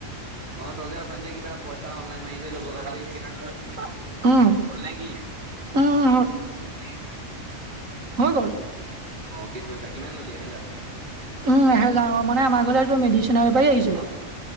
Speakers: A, on the right; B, on the right.
A: অ তই যে অথনি যে কিবা পইচা অনলাইন মাৰি যে ল'ব।
B: উম
A: কাৰণে যে স্কেনাৰ
B: হল নে কি? উম
A: হল নেকি সচাকে <unintelligible>
B: হৈ গ'ল
A: অ কেছ পইচা কিমান ললি এহেজাৰ
B: উম এহেজাৰ মানে আমাৰ ঘলেটো মেডিচনে বেপাৰী আহিছিলে
A: অ'